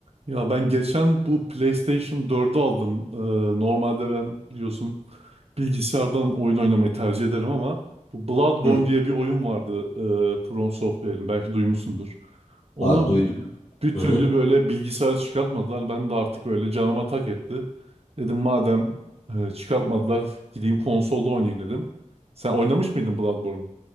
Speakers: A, on the right; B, on the left.
A: Ya ben geçen bu PlayStation 4'ü aldım. Ee, normalde ben biliyorsun bilgisayardan oyun oynamayı tercih ederim ama bu Bloodborne
B: Hı.
A: diye bir oyun vardı e, From Software'in belki duymuşsundur. Onu
B: Aa duydum.
A: bir
B: Hı
A: türlü
B: hı.
A: böyle bilgisayarı çıkartmadılar. Ben de artık böyle canıma tak etti. Dedim madem e, çıkartmadılar gideyim konsolda oynayayım dedim. Sen oynamış mıydın Bloodborne?